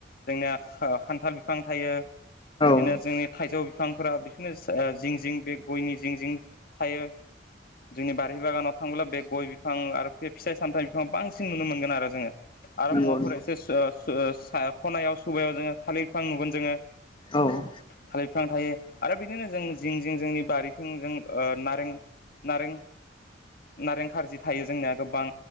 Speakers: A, on the left; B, on the left.
A: जोंनिया खान्थाल बिफां थायो। बिदिनो
B: औ
A: जोंनि थाइजौ बिफांफोरा बि नोस ओ जिं जिं बे गयनि जिं जिं थायो। जोंनि बारि बागानाव थांब्ला बेग गय बिफां आरो बे फिथाइ सामथाइ बिफां बांसिन नुनो मोनगोन आरो जोङो। आरो
B: नंगौ
A: मवाफोर
B: नंगौ
A: एसे सो ओ ओ सा खनायाव सुबायाव जोङो थालिर बिफां नुगोन जोङो।
B: औ
A: थालिर बिफां थायो आरो बिदिनो जों जिं जिं जोंनि बारिथिं जों ओ नारें नारें नारें थारजि थायो जोंनिया गोबां